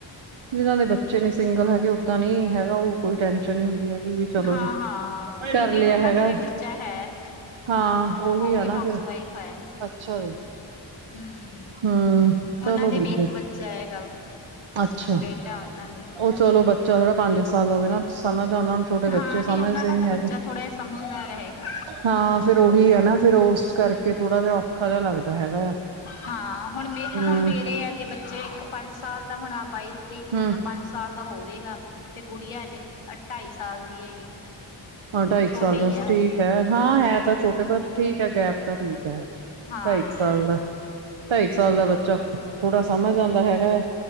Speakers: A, on the right (about 75°); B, on the left (about 85°).
A: ਜਿਹਨਾਂ ਦੇ ਬੱਚੇ ਨੀ ਸਿੰਗਲ ਹੈਗੇ ਓਦਾਂ ਨੀ ਹੈਗਾ ਉਹ ਕੋਈ ਟੈਸ਼ਨ ਨਹੀਂੀ ਹੈਗੀ ਵੀ ਚਲੋ
B: ਹਾਂ
A: ਜੀ।
B: ਹਾਂ ਨਹੀਂ
A: ਕਰ
B: ਨਹੀਂ
A: ਲਿਆ
B: ਉਹਨਾਂ
A: ਹੈਗਾ
B: ਦੇ ਵੀ ਬੱਚਾ ਹੈ
A: ਹਾਂ ਉਹੀ
B: ਉਹ ਵੀ
A: ਆ ਨਾ।
B: ਹਾਊਸ
A: ਫਿਰ
B: ਵਾਈਫ ਹੈ
A: ਅੱਛਾ ਵੀ
B: ਹਮ
A: ਹਮ
B: ਉਹਨਾਂ
A: ਚਲੋ
B: ਦੇ
A: ਠੀਕ
B: ਵੀ ਇੱਕ
A: ਹੇ
B: ਬੱਚਾ ਹੈਗਾ
A: ਅੱਛਾ।
B: ਬੇਟਾ ਉਹਨਾਂ ਦੇ
A: ਉਹ ਚਲੋ ਬੱਚਾ ਥੋੜਾ ਪੰਜ ਗੱਲ ਹੋਵੇ ਨਾ। ਸਮਝ ਆਨਾ, ਛੋਟੇ ਬੱਚੇ
B: ਹਾਂ
A: ਸਮਝਦੇ
B: ਨਹੀਂ ਉਹਨਾਂ ਦਾ
A: ਨੀ
B: ਤਾਂ ਬੱਚਾ
A: ਹੈਗੇ
B: ਥੋੜ੍ਹਾ ਸਮਝਦਾਰ ਹੈਗਾ
A: ਹਾਂ ਫੇਿਰ ਉਹੀ ਹੈ ਨਾ। ਫੇਿਰ ਉਸ ਕਰਕੇ
B: ਹਮ
A: ਥੋੜ੍ਹਾ ਜਿਹਾ ਔਖਾ ਜਿਹਾ ਲੱਗਦਾ ਹੈਗਾ ਆ
B: ਹਾਂ ਹੁਣ ਮੇ,
A: ਹੂੰ
B: ਹੁਣ ਮੇਰੇ ਹੈਗੇ ਬੱਚੇ। ਇੱਕ ਪੰਜ ਸਾਲ ਦਾ ਹੁਣ ਆ ਬਾਈ ਤਰੀਕ ਨੂੰ
A: ਹੂੰ
B: ਪੰਜ ਸਾਲ ਦਾ ਹੋਵੇਗਾ। ਤੇ ਗੁੜੀਆ ਹਜੇ ਢਾਈ ਸਾਲ ਦੀ ਹੈਗੀ
A: ਹ ਢਾਈ,
B: ਤੇ
A: ਇਕੁ
B: ਛੋਟੇ
A: ਸਾਲ
B: ਹੀ
A: ਦਾ
B: ਆ
A: ਠੀਕ
B: ਹਜੇ
A: ਹੈ। ਹਾਂ ਹੈ ਤਾਂ ਛੋਟੇ ਪਰ ਠੀਕ ਹੈ। ਗੈਪ ਤਾਂ ਠੀਕ ਹੈ
B: ਹਾਂ
A: ਢਾਈ ਕੁ ਸਾਲ ਦਾ ਢਾਈ ਸਾਲ ਦਾ ਬੱਚਾ ਥੋੜਾ ਸਮਝ ਆਉਂਦਾ ਹੈਗਾ ਹੈ